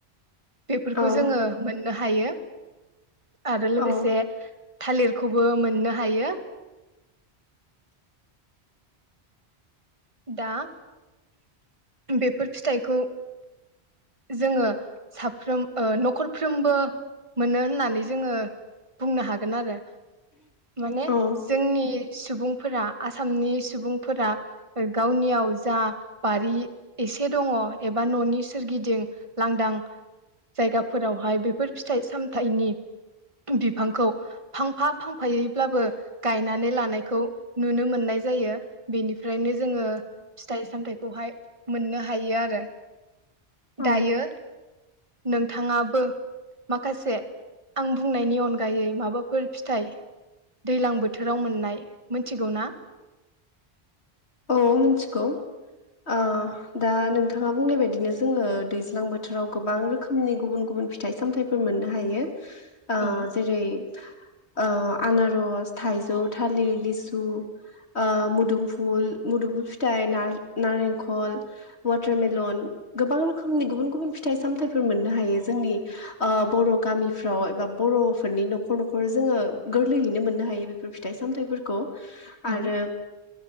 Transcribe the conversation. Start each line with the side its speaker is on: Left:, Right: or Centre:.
Right: बेफोरखौ
Left: औ
Right: जोङो मोननो हायो आरो लोगोसे
Left: औ
Right: थालिर खौबो मोननो हायो। दा बेफोर फिथाइखौ जोङो साफ्रोम ओ न'खरफ्रोमबो मोनो होननानै जोङो बुंनो हागोन आरो। माने
Left: औ
Right: जोंनि सुबुंफोरा आसामनि सुबुंफोरा गावनियाव जा बारि एसे दङ एबा न'नि सोरगिदि लांदां जायगाफोरावहाय बेफोर फिथाइ सामथनि बिफांखौ फांफा फां फायोब्लाबो गायनानै लानायखौ नुनो मोननाय जायो बेनि फ्रायनो जोङो फिथाइ सामथाय खौहाय मोननो हायो आरो।
Left: औ
Right: दायो नोंथाङाबो माखासे आं बुंनायनि अनगायै माबाफोर फिथाइ दैलां बोथोराव मोननाय मोनथिगौ ना?
Left: औ मिथिगौ ओ दा नोंथाङा बुंनाय बायदिनो जोङो दैज्लां बोथोराव गोबां रोखोमनि गुबुन गुबुन फिथाइ सामथायाइफोर मोननो हायो। ओ
Right: औ
Left: जेरै - ओ आनारस थाइजौ थालिर लिसु ओ मुदुमुफ फुल मुदुमुफुल फिथाइ ना-नारेंखल वाटारमेलन गोबां रोखोमनि गुबुन गुबुन फिथाइ सामथाइफोर मोननो हायो जोंनि ओ बर' गामिफ्राव एबा बर'फोरनि न'खर न'खर जोङो गोरलैयैनो मोननो हायो बेफोर फिथाइ सामथायाइफोरखौ।
Right: औ
Left: आरो